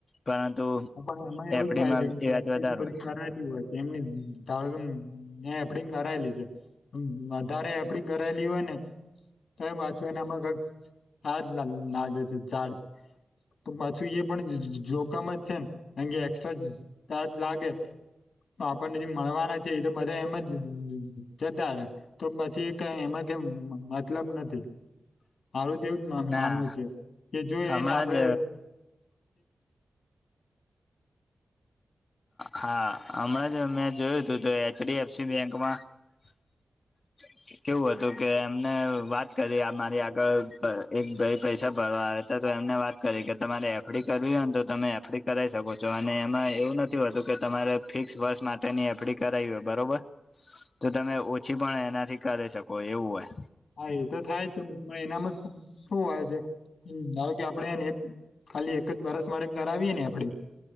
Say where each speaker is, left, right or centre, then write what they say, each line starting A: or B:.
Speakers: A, on the left; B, on the left.
A: પરંતુ
B: પણ એમાં એવું
A: એફડીમાં
B: જ થાય છે
A: વ્યાજ
B: કે એફડી
A: વધારે
B: તો બધી
A: હોય
B: કરાયેલી હોય છે એમને જ ધારોકે એફડી કરાયેલી છે વધારે એફડી કરાયેલી હોય ને તોય પાછું એના માં કઈક ચાજૅ લાગે છે ચાજૅ તો પાછું એ પણ જો જો જોખમ જ છે ને કેમકે એક્સ્ટ્રા ચાર્જ લાગે તો આપણને જે મળવાના છે એ તો બધા એમ જ જતા રે તો પછી કઈ એમજ કે મતલબ નથી.
A: <inaudible>
B: મારું તેવું જ
A: ના
B: માનવું છે કે જો
A: હમણાં
B: એને આપડે
A: જ હા હમણાં જ મેં જોયું તું તો એચડીએફસી બેંકમાં <inaudible> કેવું હતું કે એમને વાત કરી આ મારી આગળ એક ભાઈ પૈસા ભરવા આવે ત તો એમને વાત કરી કે તમારે એફડી કરવી હોયને તો તમે એફડી કરાઈ શકો છો અને એમાં એવું નથી હોતું કે તમારે ફિકસ વર્ષ માટેની એફડી કરાવી હોય બરોબર તો તમે ઓછી પણ એનાથી કરી શકો એવું હોય.
B: હા એ તો થાય છે પણ એનામાં શું હોય છે કે ધારોકે આપડે હેને ખાલી એક જ વરસ માટે કરાવીએ ને એફડી